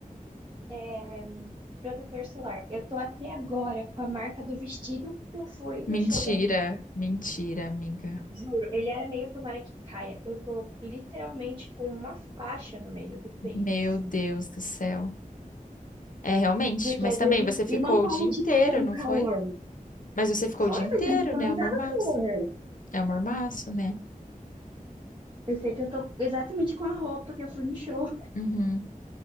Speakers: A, on the right; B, on the left.
A: É protetor solar. Eu tô até agora com a marca do vestido que eu fui
B: mentira,
A: no show da Olivia.
B: mentira, amiga.
A: Juro, ele era meio tomara que caia. Eu tô literalmente com uma faixa no meio do peito,
B: Meu
A: assim.
B: Deus do céu. É, realmente,
A: Porque
B: mas
A: às
B: também
A: vezes.
B: você ficou
A: E não tava,
B: o dia inteiro,
A: tipo, tão
B: não
A: calor.
B: foi? Mas você ficou
A: Foi,
B: o dia inteiro,
A: mas tipo,
B: né?
A: não
B: É um
A: tava
B: mormaço.
A: calor.
B: É um mormaço, né?
A: Eu sei que eu tô exatamente com a roupa que eu fui no show.
B: Uhum.